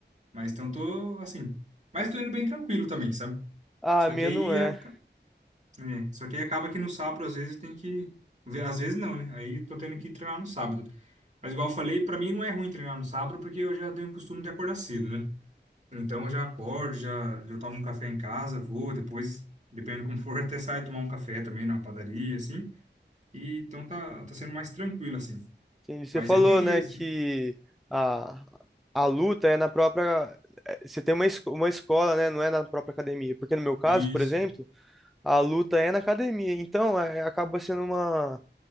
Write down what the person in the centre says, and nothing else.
Ah,
a minha
não é.
Entendi. Você
falou,
né,
que a, a luta é na própria. é, Você tem uma, esco- uma escola, né? Não é na própria academia. Porque no meu caso,
por exemplo, a luta é na academia. Então, é, acaba sendo uma,